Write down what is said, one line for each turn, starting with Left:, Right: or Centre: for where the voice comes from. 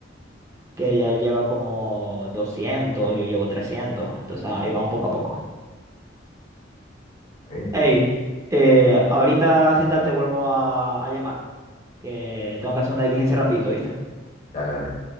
Right: que ya él lleva como doscientos yo llevo trescientos entonces ahí vamos poco a poco.
Left: está bien,
Right: Hey, eh, ahorita si tal te vuelvo a, a llamar, que tengo que hacer una diligencia rapidito, ¿viste?
Left: dale, dale.